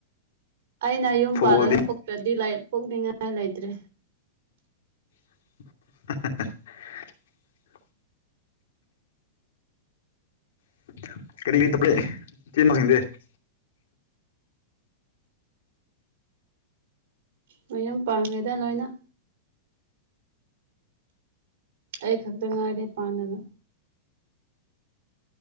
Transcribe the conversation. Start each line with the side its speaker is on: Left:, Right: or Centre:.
Right: ꯑꯩꯅ ꯌꯨꯝ
Left: ꯐꯨꯠꯕꯣꯜꯗꯤ
Right: ꯄꯥꯜꯂꯒ ꯄꯣꯛꯇ꯭ꯔꯗꯤ ꯂꯩ ꯄꯣꯛꯅꯤꯡꯉꯥꯏ ꯂꯩꯇ꯭ꯔꯦ
Left: <inaudible> <unintelligible>
Right: ꯃꯌꯨꯝ ꯄꯥꯜꯂꯦꯗ ꯂꯣꯏꯅ ꯑꯩ ꯈꯛꯇ ꯉꯥꯏꯔꯦ ꯄꯥꯟꯅꯕ